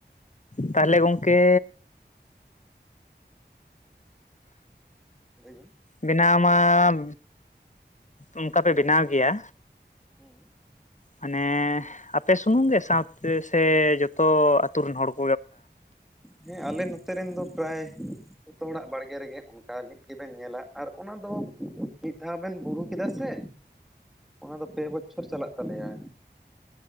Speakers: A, on the left (about 40°); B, in the centre.
A: ᱛᱟᱦᱞᱮ ᱜᱚᱝᱠᱮ
B: ᱞᱟᱹᱭ ᱵᱮᱱ
A: ᱵᱮᱱᱟᱣ ᱢᱟᱢ ᱳᱱᱠᱟ ᱯᱮ ᱵᱮᱱᱟᱣ ᱜᱮᱭᱟ
B: ᱦᱩᱸ
A: ᱦᱟᱱᱮ ᱟᱯᱮ ᱥᱩᱢᱩᱝ ᱜᱮ ᱥᱟᱶᱛᱮ ᱥᱮ ᱡᱚᱛᱚ ᱟᱛᱩᱨ ᱨᱮᱱ ᱦᱚᱲ ᱠᱚ
B: ᱦᱮᱸ ᱟᱞᱮ ᱱᱚᱛᱮ ᱨᱮᱱ ᱫᱚ ᱯᱨᱟᱭ ᱡᱚᱛᱚ ᱦᱚᱲᱟᱜ ᱵᱟᱲᱜᱮ ᱨᱮᱜᱮ ᱳᱱᱠᱟ ᱢᱤᱫ ᱜᱮᱵᱮᱱ ᱧᱮᱞᱟ ᱟᱨ ᱚᱱᱟ ᱫᱚ ᱢᱤᱫ ᱫᱷᱟᱣ ᱵᱮᱱ ᱵᱩᱲᱩ ᱠᱮᱫᱟ ᱥᱮ ᱚᱱᱟ ᱫᱚ ᱯᱮ ᱵᱚᱪᱷᱚᱨ ᱪᱟᱞᱟᱜ ᱛᱟᱞᱮᱭᱟ